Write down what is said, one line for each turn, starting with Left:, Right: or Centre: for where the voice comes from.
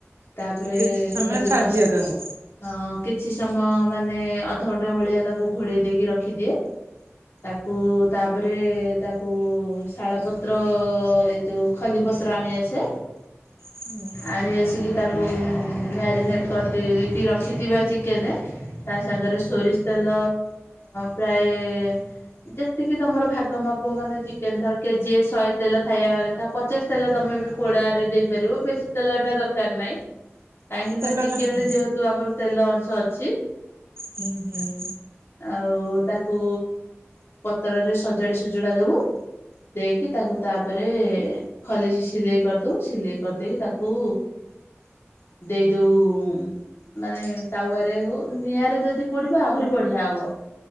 Left: ତାପରେ
Right: କିଛି ସମୟ
Left: ଖଲି
Right: ଛାଡି
Left: ପସ୍
Right: ଦିଅ ତାଙ୍କୁ।
Left: ହଁ କିଛି ସମୟ ମାନେ ଅଧଘଣ୍ଟେ ଭଳିଆ ତାକୁ ଘୋଡ଼େଇ ଦେଇକି ରଖିଦିଏ। ତାକୁ ତାପରେ ଏ ତାକୁ ଶାଳପତ୍ର ଏଇ ଯୋଉ ଖଲିପତ୍ର ଆଣିଆସେ।
Right: ହୁଁ।
Left: ଆଣି ଆସିକି ତାକୁ ମ୍ୟାରିନେଟ୍ କରିଦେଇକି ରଖିଥିବା ଚିକେନରେ ତା ସାଙ୍ଗରେ ଶୋରିଷ ତେଲ ପ୍ରାୟେ ଯେତିକି ତମର ଭାଗ ମା ପ ମାନେ ଚିକେନ ଥର କେଜିଏ ଶହେ ତେଲ ଖାଇବା କଥା ପଚାଶ ତେଲ ତମେ ବି ପୋଡାରେ ଦେଇପାରିବ ବେଶୀ ତେଲ ଏଟା ଦରକାର ନାଇଁ। କାହିଁକିନା
Right: ତେଲଟା
Left: ଚିକେନରେ
Right: ହୁଁ
Left: ଯେହେତୁ ଆମର ତେଲ ଅଂଶ ଅଛି।
Right: ହୁଁ ହୁଁ।
Left: ଆଉ ତାକୁ ପତରରେ ସଜାଡି ସୁଜୁଡା ଦୋବୁ। ଦେଇକି ତାକୁ ତାପରେ ଏ ଖଲିରେ ସିଲେଇ କରିଦୋବୁ ସିଲେଇ କରିଦେଇକି ତାକୁ ଦେଇଦୋଉ ଉମ୍ ମାନେ ତାୱରେ ହୋଉ ନିଆଁରେ ଯଦି ପୋଡିବେ ଆହୁରି ବଢିଆ ହବ।